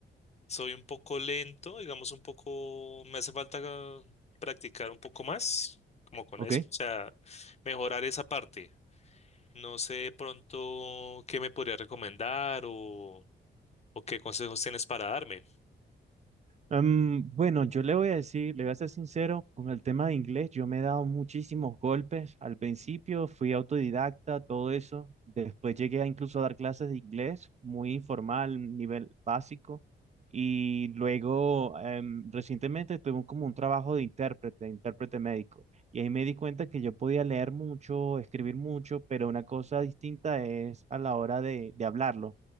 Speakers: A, on the left; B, on the right.
A: soy un poco lento, digamos un poco, me hace falta ah, practicar un poco más, como con
B: Ok.
A: eso, o sea, mejorar esa parte. No sé de pronto qué me podría recomendar o, o qué consejos tienes para darme.
B: Am, bueno, yo le voy a decir, le voy a ser sincero, con el tema de inglés, yo me he dado muchísimos golpes. Al principio fui autodidacta, todo eso. Después llegué a incluso a dar clases de inglés, muy informal, nivel básico. Y luego, em, recientemente tuve un- como un trabajo de intérprete, intérprete médico. Y ahí me di cuenta que yo podía leer mucho, escribir mucho, pero una cosa distinta es a la hora de de hablarlo.